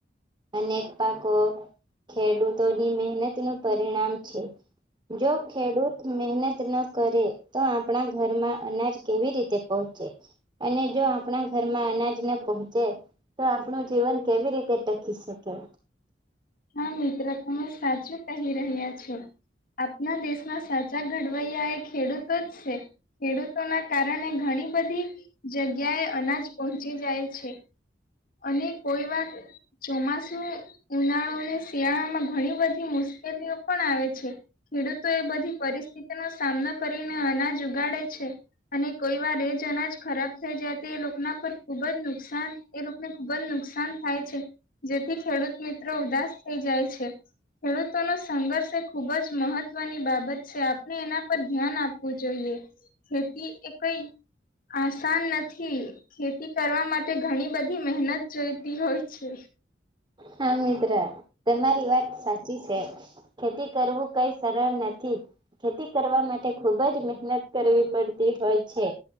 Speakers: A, on the right; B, on the left.
A: અનેક પાકો, ખેડૂતોની મહેનત નું પરિણામ છે. જો ખેડૂત મહેનત ન કરે તો આપણા ઘરમાં અનાજ કેવી રીતે પહચે, અને જો આપણા ઘરમાં અનાજ ના પહોંચે. તો આપણું જીવન કેવી રીતે ટકી શકે.
B: હા મિત્ર તમે સાચું કહી રહ્યા છો. આપના દેશમાં સાચા ઘડવૈયા એ ખેડૂતો જ છે. ખેડૂતોના કારણે ઘણી બધી જગ્યાએ અનાજ પહોંચી જાય છે. અને કોઈ વાર ચોમાસું ઉનાળુ ને શિયાળા માં ઘણી બધી મુશ્કેલીઓ પણ આવે છે. ખેડૂતો એ બધી પરિસ્થિતિનો સામનો કરી ને અનાજ ઉગાડે છે. અને કોઈ વાર એ જ અનાજ થઈ જાય તો એ લોકોના ખુબ જ નુકસાન એ રોપને ખુબ જ નુકસાન થાય છે, જેથી ખેડૂત મિત્રો ઉદાસ થઈ જાય છે. ખેડૂતો નો સંઘર્ષ એ ખૂબ જ મહત્વની બાબત છે આપણે એના પર ધ્યાન આપવું જોઈએ. ખેતી એ કઈ આસાન નથી ખેતી કરવા માટે ઘણી બધી મહેનત જોઈતી હોય છે.
A: હા મિત્રા તમારી વાત સાચી છે. ખેતી કરવું કઈ સરળ નથી. ખેતી કરવા માટે ખુબ જ મહેનત કરવી પડતી હોય છે,